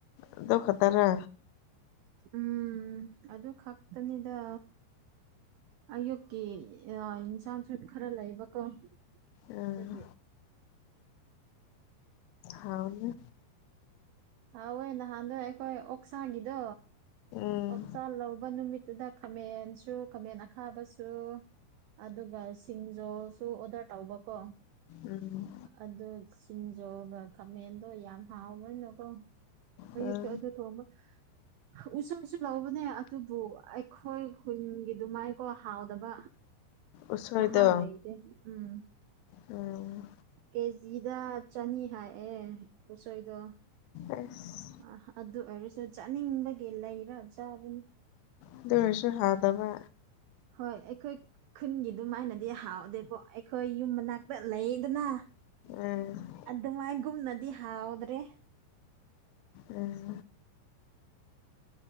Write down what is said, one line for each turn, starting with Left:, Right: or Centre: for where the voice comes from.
Left: ꯑꯗꯨ ꯈꯛꯇꯔꯥ
Right: ꯎꯝ ꯑꯗꯨ ꯈꯛꯇꯅꯤꯗꯥ ꯑꯌꯨꯛꯀꯤ ꯑ ꯏꯟꯁꯥꯡ ꯁꯨ ꯈꯔ ꯂꯩꯕꯀꯣ
Left: ꯑꯥ
Right: ꯑꯗꯨꯒꯤ
Left: ꯍꯥꯎꯅꯤ
Right: ꯍꯥꯎꯋꯦ ꯅꯍꯥꯟꯗꯣ ꯑꯩꯈꯣꯏ ꯑꯣꯛꯁꯥꯒꯤꯗꯣ
Left: ꯎꯝ
Right: ꯑꯣꯛꯁꯥ ꯂꯧꯕ ꯅꯨꯃꯤꯠꯇꯨꯗ ꯈꯥꯃꯦꯟ ꯇꯨ ꯈꯃꯦꯟ ꯑꯈꯥꯕꯁꯨ ꯑꯗꯨꯒ ꯁꯤꯡ ꯖꯣꯁꯨ ꯑꯣꯗꯔ ꯇꯧꯕ ꯀꯣ
Left: ꯎꯝ
Right: ꯑꯗꯨ ꯁꯤꯡꯖꯣꯒ ꯀꯃꯦꯟꯗꯣ ꯌꯥꯝ ꯍꯥꯎꯕꯅꯤꯅꯀꯣ ꯑꯌꯨꯛꯇ
Left: ꯎꯝ
Right: ꯑꯗꯨ ꯊꯣꯡꯕ ꯍꯥ ꯎꯁꯣꯏ ꯑꯩꯁꯨ ꯂꯧꯕꯅꯦ ꯑꯗꯨꯕꯨ ꯑꯩꯈꯣꯏ ꯈꯨꯨꯟꯒꯤ ꯑꯗꯨꯃꯥꯏꯀꯣ ꯍꯥꯎꯗꯕ
Left: ꯎꯁꯣꯏꯗꯣ
Right: ꯃꯍꯥꯎꯥ ꯂꯩꯇꯦ ꯎꯝ
Left: ꯎꯝ
Right: ꯀꯦꯖꯤꯗ ꯆꯅꯤ ꯍꯥꯏꯑꯦ ꯎꯁꯣꯏꯗꯣ
Left: ꯑꯁ
Right: ꯑ ꯑꯗꯨ ꯑꯣꯏꯔꯁꯨ ꯆꯥꯅꯤꯡꯕꯒꯤ ꯂꯩ ꯈꯔ ꯆꯥꯕꯅꯤ
Left: ꯑꯗꯨ ꯑꯣꯏꯔꯁꯨ ꯍꯥꯎꯗꯕ
Right: ꯍꯣꯏ ꯑꯩꯈꯣꯏ ꯈꯨꯟꯒꯤ ꯑꯗꯨꯃꯥꯏꯅꯗꯤ ꯍꯥꯎꯗꯦꯕꯣ ꯑꯩꯈꯣꯏ ꯌꯨꯝ ꯃꯅꯥꯛꯇ ꯂꯩꯌꯦꯗꯅꯥ
Left: ꯎꯝ
Right: ꯑꯗꯨꯃꯥꯏꯒꯨꯝꯅꯗꯤ ꯍꯥꯎꯗ꯭ꯔꯦ
Left: ꯎꯝ